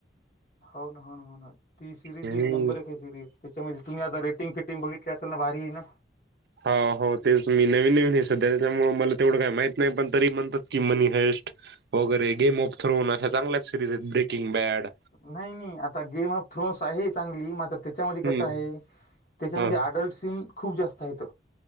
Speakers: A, on the left (about 45°); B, on the right (about 65°).
A: हो ना हो ना हो ना, ती सिरीज
B: हम्म.
A: बी नंबर एक आहे सिरीज. त्याच्यामध्ये तुम्ही आता रेटिंग फिटिंग बघितली असेल ना, भारी आहे ना?
B: हो हो, तेच मी नवीन नवीन आहे सध्या त्याच्यामुळे मला तेवढं काही माहित नाय पण तरी म्हणतात की मनी हाईस्ट वगैरे गेम ऑफ थ्रोन अशा चांगल्याच सिरीज आहेत ब्रेकिंग बॅड.
A: नाही नाही आता गेम ऑफ थ्रोन्स आहे चांगली मात्र त्याच्यामध्ये
B: हम्म
A: कसं आहे, त्याच्यामध्ये
B: ह
A: अडल्ट‌ सिन खूप जास्त हायत.